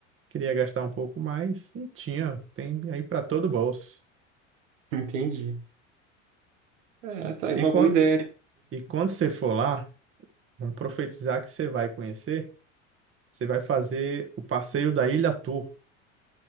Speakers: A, on the right (about 35°); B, on the right (about 75°).
A: queria gastar um pouco mais, e tinha, tem aí para todo o bolso.
B: <laughs> Entendi. É, tá aí
A: E
B: uma
A: quando,
B: boa ideia.
A: e quando você for lá, vamos profetizar que você vai conhecer, você vai fazer o passeio da Ilha Tour.